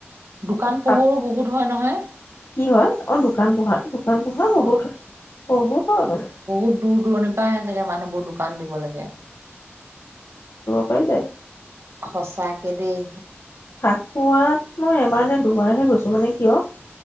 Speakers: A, on the right; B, on the left.
A: দোকান
B: তাক
A: পোহৰো বহুত হয় নহয়
B: কি হয় অ দোকান পোহাৰ দোকান পোহাৰ বহুত
A: অ
B: হয়। বহুতৰ মানে।
A: বহুত দূৰ দূৰণিৰ পৰা আহে চাগে মানুহবোৰ দোকান দিব লাগে
B: <inaudible> যায়
A: সঁচাকে দেই,
B: ফাকুৱাত মই এবাৰ নে দুবাৰহে গৈছোঁ মানে কিয়